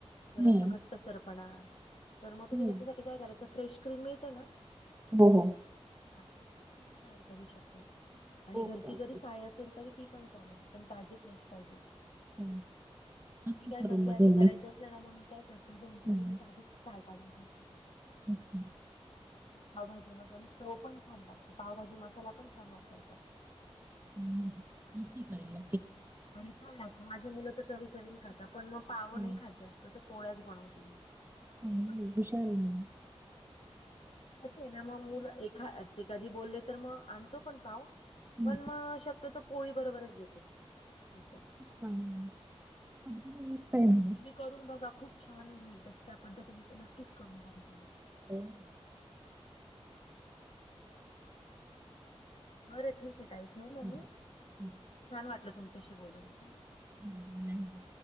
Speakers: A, on the left (about 70°); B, on the right (about 20°).
A: जरा
B: हं,
A: घट्टसरपणा तर मग तुम्ही
B: हं.
A: त्याच्यासाठी काय करायचं, फ्रेश क्रीम मिळते ना
B: हो हो.
A: हा मग ती पण तूम्ही ऍड करू शकत्याय आणि
B: ओके,
A: घरची
B: ओके.
A: जरी साय असेल तरी ती पण चालेल पण ताजी फ्रेश पाहिजे.
B: हो. नक्की
A: मी काय
B: करून
A: करते
B: बघेल
A: असं करायचं
B: मी.
A: असलं ना मग मी काय करते दोन तीन
B: हं.
A: दिवस आधीच साय काढून ठेवते.
B: अच्छा.
A: पावभाजी मसाल्याने चव पण छान लागते. पावभाजी म त्याला पण छान वाटायचं.
B: हम्म. नक्की काय हे.
A: हम्म हम्म आणि छान माझी मुलं तर, चवी चवीने खातात. पण मग पाव नाही
B: हो.
A: खात जास्त तर पोळ्याच बनवते मी.
B: चांगली
A: <unintelligible>
B: आहे हुशार आहे मुलं.
A: कसं आहे ना, मग मुलं एखा एखाधी बोलले तर मग आणतो पण पाव.
B: हम्म,
A: पण मग शक्यतो पोळी बरोबरच देते मी पण.
B: <inaudible>
A: तुम्ही करून बघा, खूप छान, त्या पद्धतीने नक्कीच करून बघा तुम्ही.
B: <unintelligible>
A: बरं, ठीक आहे ताई, ठेवू मग
B: हो.
A: मी.
B: हो.
A: छान वाटलं तुमच्याशी बोलून.
B: हम्म मग नाही.